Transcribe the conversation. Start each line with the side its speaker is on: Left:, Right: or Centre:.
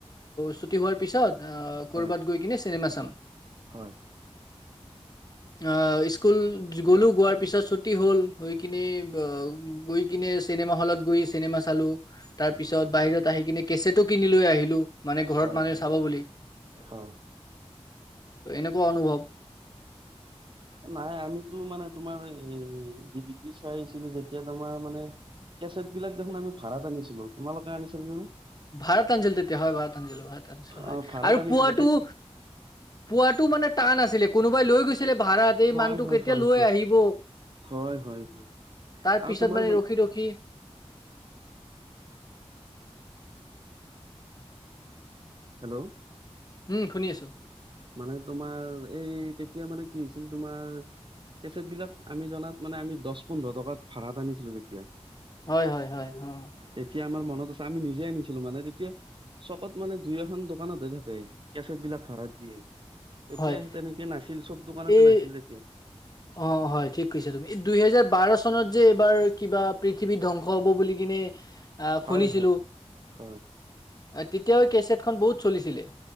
Left: ছুটি হোৱাৰ পিছত আ কৰ'বাত
Right: হয়
Left: গৈ কিনে চিনেমা চাম।
Right: হয়
Left: আহ স্কুল গলো যোৱাৰ পিছত ছুটি হ'ল গৈ কিনে গৈ কিনে চিনেমা হলত গৈ চিনেমা চালো। তাৰপিছত বাহিৰত আহি কিনে কেচেটো কিনি লৈ আহিলো মানে ঘৰত
Right: হয়
Left: মানুহ
Right: হয়
Left: চাব বুলি,
Right: হয়
Left: ত এনেকুৱা অনুভৱ।
Right: নাই আমিতো মানে তোমাৰ এ ডি বিটি চাইছিলো যেতিয়া তোমাৰ মানে কেচেট বিলাক দেখোন আমি আনিছিলো। তোমালোকে আনিছিলা নে?
Left: ভাৰাত আনিছিল তেতিয়া হয় ভাৰাত আনিছিল ভাৰাত আনিছিল হয়।
Right: অ ভাড়াত
Left: আৰু
Right: আনিছিলো
Left: পোৱাটো
Right: তে
Left: পোৱাটো মানে টান আছিলে কোনোবাই গৈছিলে ভাড়াত। এই
Right: হয়
Left: মানুহটো
Right: হয়
Left: কেতিয়া
Right: হয়
Left: লৈ
Right: হয়
Left: আহিব
Right: হয় হয় হয়
Left: তাৰপিছত
Right: আৰু তোমাৰ
Left: মানে ৰখি ৰখি
Right: হেল্ল'!
Left: উম শুনি আছো।
Right: মানে তোমাৰ এই তেতিয়া মানে কি হৈছিল তোমাৰ কেচেট বিলাক আমি জনাত মানে আমি দহ পোন্ধৰ টকাত ভাড়াত আনিছিলো তেতিয়া।
Left: হয় হয় হয় অঁ
Right: তেতিয়া আমাৰ মনত আছে আমি আনিছিলো মানে তেতিয়া চকত মানে দুই এখন দোকানত হে থাকে কেচেট বিলাক ভাড়াত দিয়ে। তেতিয়া
Left: হয়
Right: তেনেকে নাছিল চব দোকানতে
Left: এই
Right: নাছিল তেতিয়া।
Left: অ হয় ঠিক কৈছা তুমি। এই দুইহেজাৰ বাৰ চনত যে এইবাৰ কিবা পৃথিৱী ধ্বংস হব বুলি কিনে আহ
Right: হয়
Left: শুনিছিলো,
Right: হয় হয়।
Left: তেতিয়াও কেচেটখন বহুত চলিছিলে।